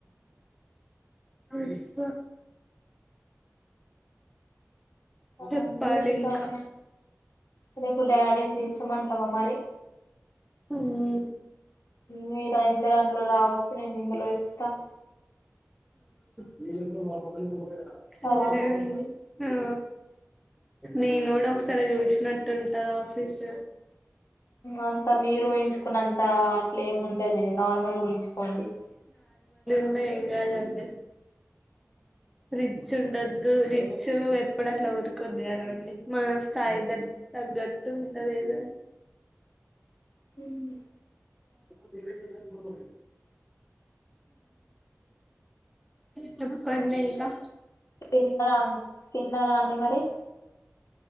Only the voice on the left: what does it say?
రండి
ఒకసారి రేపు డాడీని దించమంటావా మరి
మీరా ఇద్దరు అందరూ రావచ్చు నేనిందులో ఇస్తా
కదా
అంత మీరు ఎంచుకున్నంత అట్లేమి ఉండదండి నార్మల్ గుంచుకోండి.
హు హూ
తిన్నరాఅండ్ తిన్నారా అండి మరి